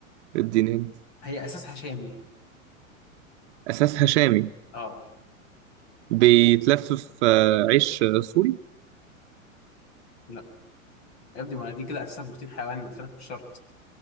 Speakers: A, on the right; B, on the left.
A: اديني انت
B: هي اساسها شامي
A: اساسها شامي
B: اه
A: بيتلف في آه، عيش آه، سوري
B: لا يا ابني ما دي كده اساسها بروتين حيواني قلت لك مش شرط